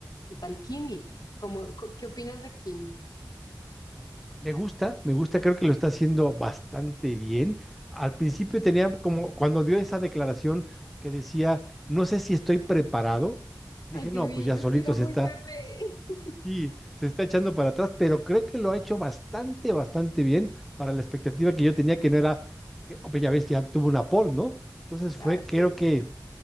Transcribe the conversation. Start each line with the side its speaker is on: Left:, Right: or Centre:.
Left: ¿qué tal Kimi? ¿Cómo, co- qué opinas de Kimi?
Centre: Me gusta, me gusta, creo que lo está haciendo bastante bien. Al principio tenía como, cuando dio esa declaración que decía, no sé si estoy preparado, dije,
Left: Ay, divino,
Centre: no, pues ya solito
Left: es que era muy
Centre: se está
Left: bebé. <laughs>
Centre: Sí, se está echando para atrás, pero creo que lo ha hecho bastante, bastante bien para la expectativa que yo tenía, que no era, que, oh, pues ya ves, ya tuvo una pole, ¿no? Entonces
Left: Ah,
Centre: fue,
Left: sí,
Centre: creo que